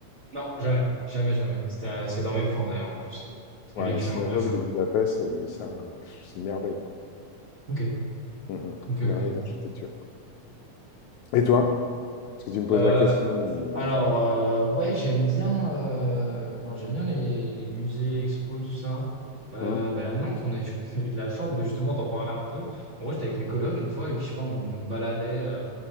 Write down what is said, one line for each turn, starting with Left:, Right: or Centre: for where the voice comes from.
Right: Non, jamais. Jamais, jamais. C'était, euh, c'est dans mes plans d'ailleurs, en plus. C'est
Left: Ouais,
Right: une vie
Left: la
Right: que
Left: synagogue
Right: j'aimerais bien faire.
Left: de Budapest, elle est, ça, euh, pff, c'est une merveille, quoi.
Right: Ok.
Left: Mm, mm.
Right: Ok,
Left: Une
Right: ok.
Left: merveille d'architecture. Et toi? Parce que tu me poses
Right: Euh,
Left: la question.
Right: Alors,
Left: euh,
Right: euh, ouais, j'aime bien, euh, alors j'aime bien les, les musées, expos, tout ça. Euh,
Left: euh, hum,
Right: ben à Nantes, on a eu, <laughs> on a eu de la chance, mais justement, t'en parlais un peu. En gros, j'étais avec mes colocs une fois, et puis je sais pas, on, on se baladait, euh,